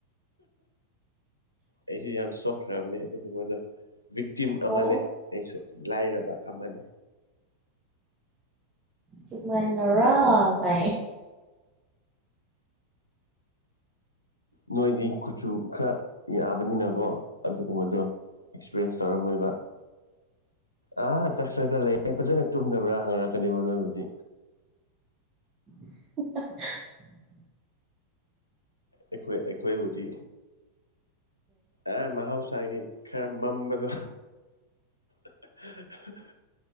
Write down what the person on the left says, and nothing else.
ꯑꯩꯁꯨ ꯌꯥꯝ ꯁꯣꯛꯈ꯭ꯔꯕꯅꯦ ꯑꯗꯨꯒꯨꯝꯕꯗꯣ ꯕꯤꯛꯇꯤꯝ ꯑꯃꯅꯦ
ꯑꯩꯁꯨ ꯂꯥꯏꯔꯕ ꯑꯃꯅꯦ
ꯅꯣꯏꯗꯤ ꯀꯨꯆꯨ ꯈꯔ ꯌꯥꯕꯅꯤꯅꯀꯣ ꯑꯗꯨꯒꯨꯝꯕꯗꯣ ꯑꯦꯛꯁꯄꯤꯔꯦꯟꯁ ꯇꯧꯔꯝꯃꯣꯏꯕ ꯑꯥ ꯇꯛꯆꯔꯒ ꯂꯩ ꯐꯖꯅ ꯇꯨꯝꯗꯕ꯭ꯔꯥ ꯍꯪꯅꯔꯛꯀꯅꯦꯕ ꯅꯣꯏꯕꯨꯗꯤ
ꯑꯩꯈꯣꯏ ꯑꯩꯈꯣꯏꯕꯨꯗꯤ ꯑꯥ ꯃꯍꯧꯁꯥꯒꯤ ꯈꯔ ꯃꯝꯕꯗꯣ <unintelligible>